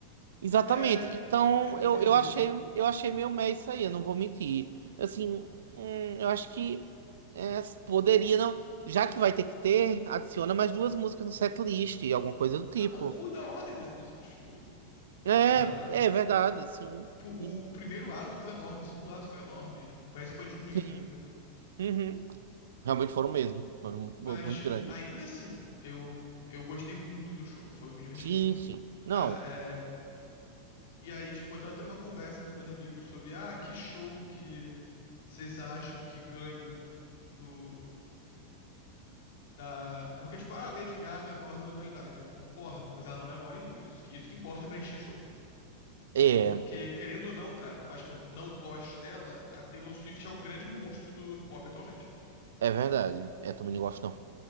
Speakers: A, on the right; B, on the left.
A: Exatamente.
B: É,
A: Então,
B: eu não
A: eu,
B: entendi.
A: eu achei, eu achei meio meio isso aí, eu não vou mentir. Assim, hum, eu acho que é, poderia, não. Já que vai ter que ter, adiciona mais duas músicas no setlist, alguma coisa do tipo.
B: Ah, Ou muda a ordem das músicas, tipo,
A: É,
B: sabe?
A: é verdade, sim.
B: Tipo, o
A: Sim.
B: primeiro ato foi enorme, o segundo ato foi enorme. Tipo, parece que foi diminuindo,
A: Sim.
B: entendeu?
A: Uhum. Realmente foram mesmo. Foram muito,
B: Mas,
A: muito
B: tipo,
A: grandes.
B: ainda assim, eu, eu gostei muito do show. Foi, eu me diverti
A: Sim,
B: muito.
A: sim. Não,
B: Cara, é. E aí, tipo, eu tava tendo uma conversa com os meus amigos sobre, ah, que show que vocês acham que ganha do. ah, Porque, tipo, ah, Lady Gaga é a maior da atualidade. Eu concordo, mas ela não é a maior em números. Isso que isso que importa pra encher show.
A: é,
B: Porque, querendo ou não, cara, por mais que eu não goste dela, a Taylor Swift é o grande monstro do pop atualmente.
A: é verdade. É, também não gosto, não.